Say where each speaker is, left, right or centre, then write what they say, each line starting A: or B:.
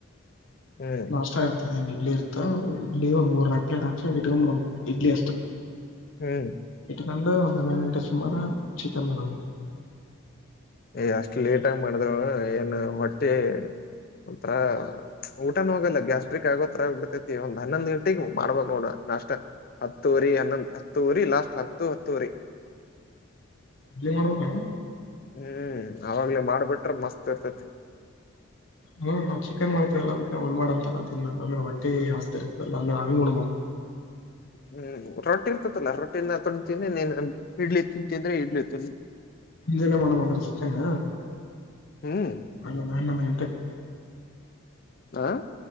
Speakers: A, on the left (about 45°); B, on the left (about 65°).
A: ಹ್ಮ್
B: ನಾಷ್ಟ ಇರ್ತದೆನ್ ಇಡ್ಲಿ ಇರ್ತ ಇಡ್ಲಿ ಒಂದ್ ಮೂರ್ ನಾಲ್ಕ್ ಪ್ಲೇಟ್ ಹಾಕಿ ಒ ಇಡ್ಕೊಂಬಿಡ ಇಡ್ಲಿ
A: ಹ್ಮ್
B: ಅಟ ರಂಡ ಒಂದನ್ನ ಗಿನಿಟ ಸುಮಾರ ಚಿಕನ್ ಮಾಡಡ
A: ಏ್ ಅಷ್ಟ್ ಲೇಟಗ ಮಾಡ್ದವು ಏನು ಹೊಟ್ಟೆ ಒಂಥರ ಊಟನ ಹೋಗಲ್ಲ ಗ್ಯಾಸ್ಟ್ರಿಕ್ ಆಗೋತ್ರರ ಬಿಡ್ತೇತಿ ಒಂದ್ ಹನ್ನೊಂದ್ ಗಂಟೆಗ್ ಮಾಡ್ಬ ನೋಡ ನಾಷ್ಟ ಹತ್ತು ವರಿ ಹನ್ನೊಂದ ಹತ್ತು ರಿ ಲಾಸ್ಟ್ ಹತ್ತು ಹತ್ತ ರಿ
B: ಇ ಮಾಡ್ಬೇಕ
A: ಹ್ಮ್ ಅವಾಗ್ಲ ಮಾಡ್ಬಿಟ್ರೆ ಮಸ್ತ್ ಇರ್ತತಿನಿ
B: ಹ್ಮ ನಾವವು ಚಿಕನ್ ಮಾಡ್ತೇವಲ್ಲ ಅದಕ್ಕೆ ಉಣ ಮಾಡಾಂತಾನಾ ತಿಿಂದ ಅಂದ್ರೆ ಒಟ್ಟಿ ಹಸ್ತಿ ಇರ್ತದಲ್ಲ ಅಂದ್ರೆ ಹಂಗ್ ಉಣ್ಮಕ್
A: ಹ ಹ್ಮ್ ರೊಟ್ಟಿ ಇರ್ತತಲ್ಲಾ ರೊಟ್ಟಿ ತೊೊಂಡತನ್್ರಿ ನೀನ್ ಇಡ್ಲಿ ತಿಂತಿಂದ್ರೆ ಇಡ್ಲಿ ತಿನ್ಿ
B: ಇಲ್ಲ ಮನ ಬಂದರು ಚಿಕನ್ನ
A: ಹ್ಮ್
B: ಹಣ್ಣ ಅಣ್ಣ ಮತ
A: ಹಾ